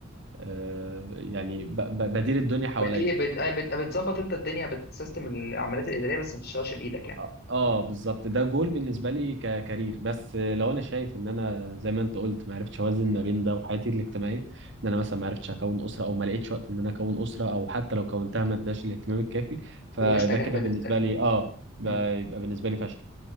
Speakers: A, on the right (about 60°); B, on the left (about 50°).
A: آه، يعني ب... ب- بدير الدنيا حواليا
B: بت- بت- آه، بت- بتظبط انت الدنيا بتسيستم العمليات الاداريه بس ما بتشتغلش بايدك يعني
A: اه آه، بالظبط ده جول بالنسبه لي ككارير بس لو انا شايف ان انا زي ما انت قلت ما عرفتش اوازن ما بين ده وحياتي الاجتماعيه ان انا مثلا ما عرفتش اكون اسره او ما لقيتش وقت ان انا اكون اسره او حتى لو كونتها ما اداش الاهتمام الكافي فده
B: يبقى مش نجاح
A: كده
B: بالنسبه
A: بالنسبه
B: لك
A: لي اه ب-
B: مم.
A: يبقى بالنسبه لي فشل